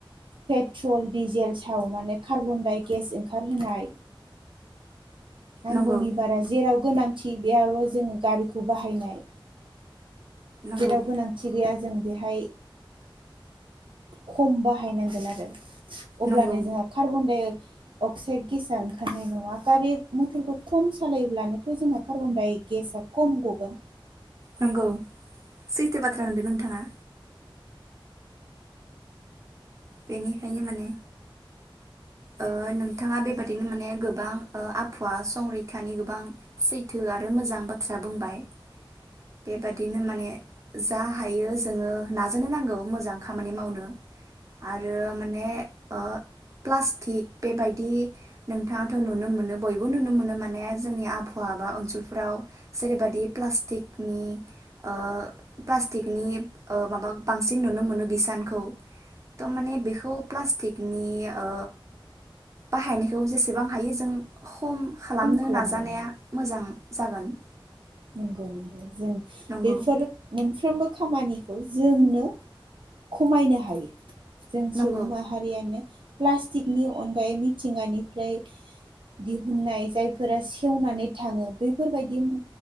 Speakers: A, on the right (about 65°); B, on the right (about 35°).
A: पेट्रल डिजेल सावनानै कार्बनदाइगेस ओंखारहोनाय नांगौनि
B: नंगौ
A: बारा जेराव गोनांथि बेयावल जोङो गारिखौ बाहायनाय
B: नंगौ
A: जेराव गोनांथि गैया जों बेहाय खम बाहायनांगोन आरो। अब्लानो
B: नंगौ
A: जोंहा कार्बन डाय अक्साइड गेसा ओंखारनाय नङा गारि मथरखौ खम सालायोब्लानोथ' जोंहा कार्बन डाइ गेसआ खम गगोन
B: नंगौ सैथो बाथ्रा होनदों नोंथाङा। बेनिखायनो माने ओ नोंथाङा बेबादिनो माने गोबां आबहावा संरैखानि गोबां सैथो आरो मोजां बाथ्रा बुंबाय बेबादिनो माने जा हायो जोङो नाजानो नांगौ मोजां खामानि मावनो। आरो माने ओ प्लास्टिक बेबायदि नोंथाङाथ' नुनो मोनो बयबो नुनो मोनो माने जोंनि आबहावा बा ओनसोलफोराव जेरैबायदि ओ प्लास्टिकनि ओ प्लास्टिकनि माबा बांसिन नुनो मोनो बिसानखौ। थ माने बेखौ प्लास्टिकनि ओ बाहायनायखौ जेसेबां हायो जों खम खालामनो
A: खालामनांगौ
B: नाजानाया मोजां। जागोन
A: नंगौ नंगौ जों
B: नंगौ
A: बेफोर मोनफ्रोमबो बे खामानिखौ जोंनो खमायनो हायो। जों
B: नंगौ
A: सुबुं माहारियानो प्लास्टिकनि अनगायै मिथिंगानिफ्राय दिहुननाय जायफोरा सेवनानै थाङो बेफोरबायदि।